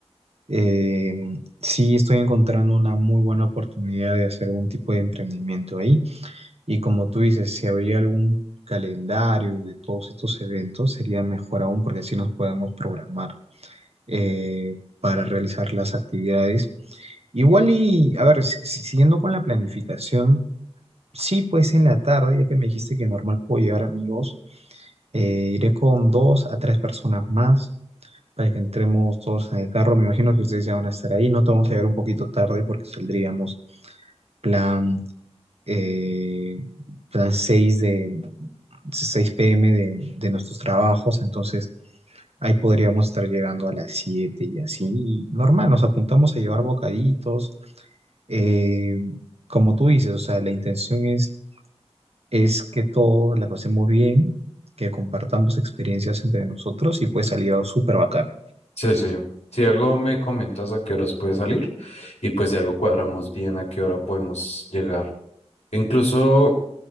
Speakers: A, on the right (about 65°); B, on the left (about 75°).
A: Eh, sí, estoy encontrando una muy buena oportunidad de hacer algún tipo de emprendimiento ahí. Y como tú dices, si habría algún calendario de todos estos eventos, sería mejor aún porque así nos podemos programar eh, para realizar las actividades. Igual y, a ver, si- si- siguiendo con la planificación, sí, pues en la tarde, ya que me dijiste que normal puedo llevar amigos, eh, iré con dos a tres personas más para que entremos todos en el carro. Me imagino que ustedes ya van a estar ahí. No te vamos a llegar un poquito tarde porque saldríamos plan, eh, plan seis de 6 pm de, de nuestros trabajos. Entonces ahí podríamos estar llegando a las 7 y así. Y Normal, nos apuntamos a llevar bocaditos. Eh, como tú dices, o sea, la intención es, es que todos la pasemos bien, que compartamos experiencias entre nosotros y puede salir algo súper bacán.
B: Sí, sí. Si algo me comentas a qué horas puede salir y pues si algo cuadramos bien a qué hora podemos llegar. Incluso